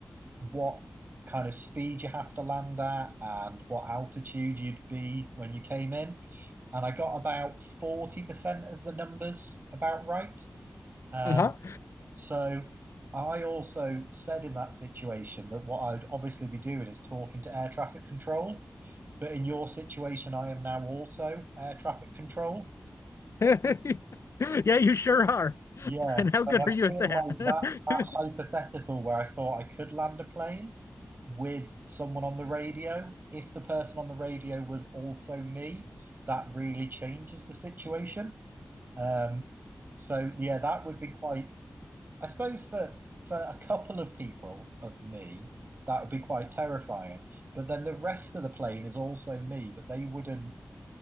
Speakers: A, on the right; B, on the left.
A: what kind of speed you have to land at and what altitude you'd be when you came in. And I got about 40% of the numbers about right. Um,
B: Uh-huh.
A: so I also said in that situation that what I'd obviously be doing is talking to air traffic control. But in your situation, I am now also air traffic control.
B: <laughs> Yeah, you sure are. <laughs>
A: Yeah,
B: And
A: so
B: how good
A: I
B: are you
A: feel
B: at that?
A: like
B: <laughs>
A: that that hypothetical where I thought I could land a plane with someone on the radio, if the person on the radio was also me, that really changes the situation. Um, so yeah, that would be quite, I suppose for for a couple of people of me, that would be quite terrifying. But then the rest of the plane is also me, but they wouldn't